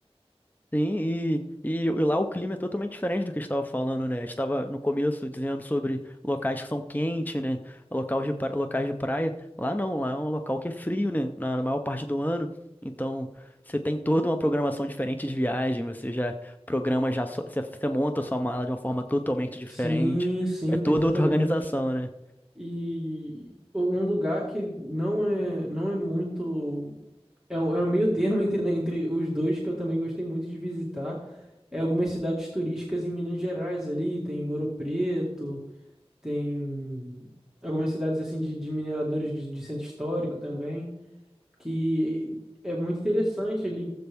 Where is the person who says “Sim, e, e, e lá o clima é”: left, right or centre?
Left